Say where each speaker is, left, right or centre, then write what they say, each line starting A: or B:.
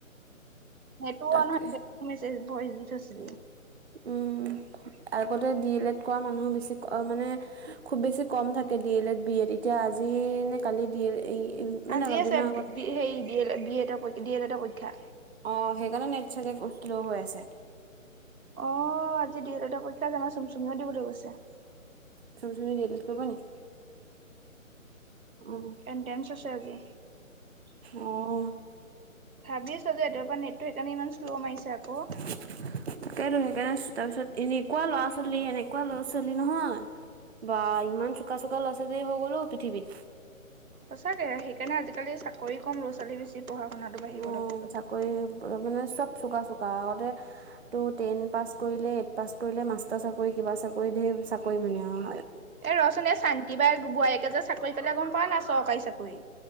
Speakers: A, on the right (about 80°); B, on the right (about 50°).
A: সেইটো
B: তাকে
A: নহয় কি মেছেজ ভয়চ দি থৈইছিলি!
B: উম, আগতে ডি এলত এড কৰা মানুহ বেছি মানে খুব বেছি কম থাকে D El Ed B Ed এতিয়া আজি নে কালি ডি এল মানে
A: আজিয়ে
B: অলপ
A: আছে
B: দিনৰ আগত
A: সেই ডি এড বি এডৰৰ ডি এডডৰ পৰীক্ষা।
B: অৱ সেইকাৰণে নেট চাগে বহুত চলৌ হৈ আছে।
A: অ আজি দি এ লেটৰ পৰীক্ষা জানা চোন চুমিও দিবলৈ গৈছে।
B: চুম চুমি ডি এ লেট কৰিব নেকি? অৱ।
A: এণ্টেন্ঞ্চ আছে আজি।
B: অৱ।
A: ভাবিছো যে ৰাতিপুৱা পৰা নেটটো সেইকাৰণে ইমান শ্ল' মাৰিছে আকৌ।
B: <unintelligible> তাকেই সেইকাৰণে তাৰপিছত এনেকুৱা ল'ৰা ছোৱালী এনেকুৱা ল'ৰা ছোৱালী নহয়। বা ইমান চুকা চুকা লৰা-ছোৱালী হৈ গ'ল অ পৃথিৱীত।
A: সঁচাকে সেইকাৰণে আজিকালি চাকৰি কম ল'ৰা ছোৱালী বেছি। পঢ়া শুনাটো বাঢ়ি
B: উম
A: গ'ল আকৌ চবৰে
B: চাকৰি মানে চব চোকা চোকা আগতে টো টেন পাছ কৰিলে এইট পাছ কৰিলে মাষ্টাৰ চাকৰি কিবা চাকৰিত ঢেই চাকৰি মানে আও।
A: এ ৰহচোন এই শান্তি বাই বোৱাৰীয়েকে যে চাকৰি পাল গম পাৱ না চৰকাৰী চাকৰি।